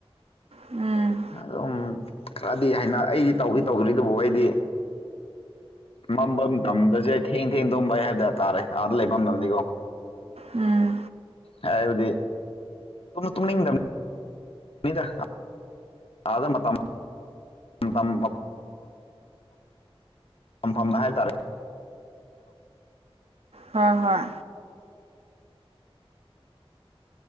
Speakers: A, on the right; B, on the left.
A: ꯎꯝ
B: ꯑꯗꯨꯝ ꯈꯔꯗꯤ ꯍꯥꯏꯅ ꯑꯩꯗꯤ ꯇꯧꯗꯤ ꯇꯧꯗ꯭ꯔꯤ ꯑꯗꯨꯕꯨ ꯑꯩꯗꯤ ꯃꯝꯕ ꯃꯇꯝꯗꯁꯦ ꯊꯦꯡ ꯊꯦꯡꯅ ꯇꯨꯝꯕ ꯍꯥꯏꯕ ꯇꯥꯔꯦ ꯑꯥꯗ ꯂꯩꯕ ꯝꯗꯗꯤꯀꯣ
A: ꯎꯝ
B: ꯍꯥꯏꯕꯗꯤ ꯇꯨꯝꯁꯨ ꯇꯨꯝꯅꯤꯡꯗꯝ <unintelligible> ꯑꯥꯗ ꯃꯇꯝ <unintelligible> ꯐꯝꯐꯝꯅ ꯍꯥꯏꯕꯇꯥꯔꯦ
A: ꯍꯣꯏ ꯍꯣꯏ